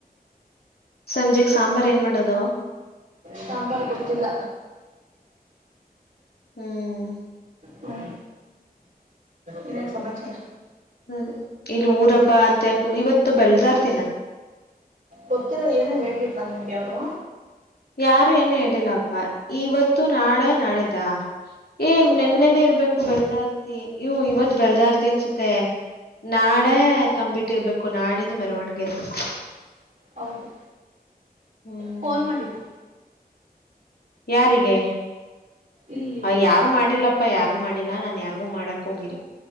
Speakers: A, on the left; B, on the right.
A: ಸಂಜೆ. ಸಾಂಬಾರಾರ್ ಏನ್ ಮಾಡೋದು.
B: ಸಾಂಬಾರ ಗೊತ್ತಿಲ್ಲ.
A: ಹ್ಮ್
B: ಹ್ಞ ಇನ್ನೇನು ಸಮಾಚಾರ.
A: ಅ ಇಲ್ಲಿ ಊರ ಹಬ್ಬಾ ಅಂತೆ ಇವತ್ತು ಬೆಲ್ದಾರ್ತಿ
B: ಗೊತ್ತಿಲ್ಲ ಏನ ಹೇಳಿಲ್ವಾ ನಿಮ್ಗೆ ಅವರು.
A: ಯಾರು ಏನು ಹೇಳಿಲ್ಲಪ್ಪ ಇವತ್ತು ನಾಳೆ ನಾಡಿದ್ದ. ಏ
B: ಎಲ್ಲ
A: ನೆನ್ನೆನೆ
B: ಹೇಳ್
A: ಇರ್ಬೇಕು ಬೆಲ್ದರ್ತಿ ಇವು ಇವತ್ ಬೆಲ್ಲರ್ತಿ ಅನ್ಸುತ್ತೆ. ನಾಳೆ ತಂಬಿಟ್ಟ ಇರ್ಬೇಕು ನಾಳಿದ್ದು ಮೆರವಣಿಗೆ ಇರ್ಬೇಕು.
B: ಹೌದು
A: ಹ್ಮ್
B: ಫೋನ್ ಮಾಡಿದ.
A: ಯಾರಿಗೆ
B: ಇಲ್ಲಿ
A: ಯಾರು ಮಾಡಿಲ್ಲಪ್ಪ ಯಾರು ಮಾಡಿಲ್ಲಾ ನಾನ್ ಯಾರಿಗೂ ಮಾಡಕ್ ಹೋಗಿಲ್ಲ.